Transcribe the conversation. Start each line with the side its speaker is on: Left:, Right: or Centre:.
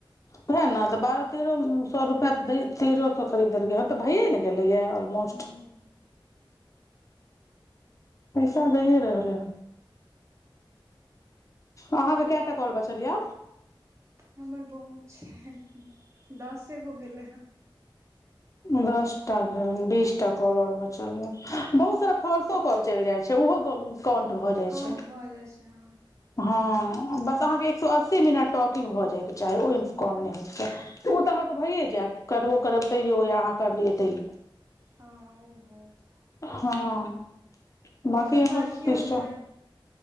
Left: वएह ने तऽ बारह तेरह सए रुपआ तेरह सए करीब देलकै ह तऽ भैयए ने गेले या
Right: हूँ
Left: मोट पैसा दैए रहलै ह अहाँके कएटा कॉल बचल या
Right: हमर बहुत छै दसे गो भेले
Left: दसटा भेल ह बीसटा कॉल आओर बचल या बहुत सारा फॉल्सो कॉल चलि जाइ छै ओहो काउणट भऽ जाए
Right: काउंट
Left: छै
Right: भऽ जाइ छै हँ
Left: हँ बस अहाँकेँ एक सए अस्सी मिनट टॉकिंग भऽ जायके चाही ओहिमेसँ कम नहि होइके चाही तऽ ओ तऽ अहाँकेँ भइए जायत करबो करब तैओ या अहाँ करलियै तैओ।
Right: हँ ओ भरत।
Left: हँ। बाकी
Right: एखन
Left: हमर
Right: बकि
Left: तीस
Right: छै
Left: टा